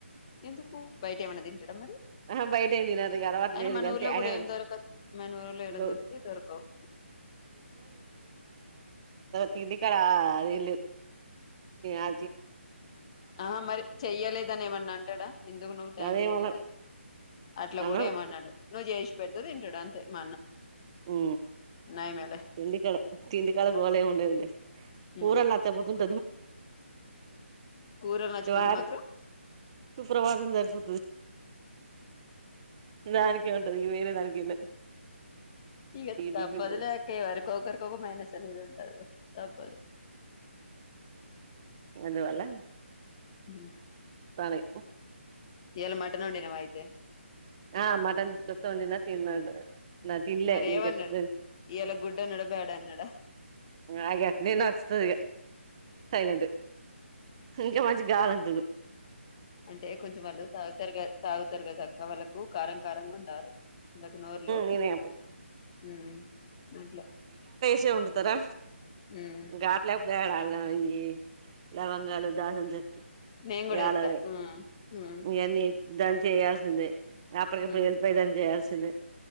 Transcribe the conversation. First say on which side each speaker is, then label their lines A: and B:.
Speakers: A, on the left; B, on the right.
A: ఎందుకు బయట ఏమైన్నా తింటడ మరి
B: ఆహా బయట ఏం తినరు ఇగ అలవాటు
A: అయిన
B: లేదు
A: మన
B: ఇగ అంతే
A: ఊర్లో
B: ఆయన
A: కూడా ఏం దొరకదు మన ఊర్లో యేడన
B: దో
A: దొరికితే దొరకవు
B: తగది కడ అది ఇలిదు అ
A: ఆ మరి చెయ్యలేదని ఏమన్నా అంటాడా ఎందుకు నువ్వు టైం
B: అదేమనడు
A: చేయలేదని అట్లా
B: అనడు
A: కూడా ఏమన్నాడు నువ్వు చేసు పెడుతుంది తింటాడు అంతే మా అన్న
B: ఉ
A: నయమేలే
B: తిండికాడ తిండికాడ గోళ ఏమి ఉండేదులే కూరలు
A: మ్మ్
B: నచ్చకపోతే <inaudible>
A: కూరలు నచ్చిపోతే
B: దార్
A: మాత్రం
B: తూ ప్రవాసందరపో దానికే ఉంటది ఇగ వేరే దానికేం లేదు
A: ఇక తప్పదు
B: టిఫిన్లు
A: లే ఎవరికో ఒకరి ఇంకొక మైనస్ అనేది ఉంటది తప్పదు
B: అందువల్ల
A: ఊ
B: టానే
A: ఇయ్యాల మటన్ వండినవా అయితే
B: ఆ మటన్ కొత్త వొండినా తిన్నాడు నా తిన్లే
A: మరేం
B: ఇంకెప్పుడు
A: అన్నాడు ఇయ్యాల గుడ్ అన్నాడా బ్యాడ్ అన్నాడా
B: నాకు అట్నే నచ్చుతాదిగ సైలెంటే ఇంకా మంచిగ కావాలంతుడు
A: అంటే కొంచెం వాళ్ళు తాగుతారు గా తాగుతారు కదాక్క వాళ్ళకు కారం కారంగున్ టారు ఇందాకు నోర్లు
B: నేనే అప్ప
A: ఊ అట్లా
B: చే వండుతారా
A: ఉమ్,
B: గాట్లేకుపోల య్యి లవంగాలు దాసం చె
A: నేను కూడా
B: ఎలా
A: ఎత్తా ఉమ్, ఉమ్,
B: ఎన్ని దాన్ని చేయాల్సిందే అప్పకిప్పుడు
A: ఉమ్,
B: వెెళపోదని చేయాల్సి సల